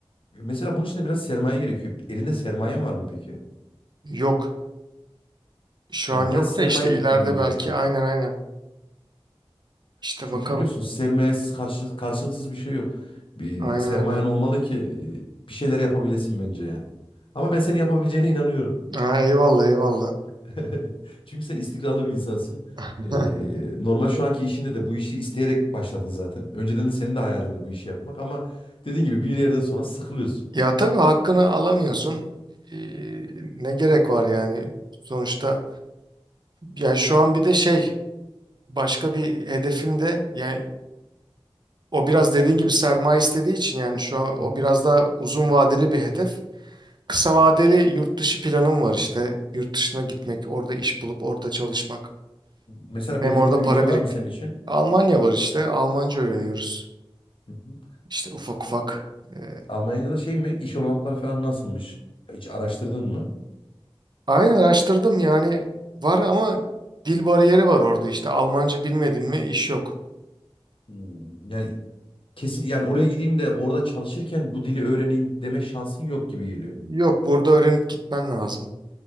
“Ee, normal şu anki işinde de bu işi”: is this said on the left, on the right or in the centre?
Left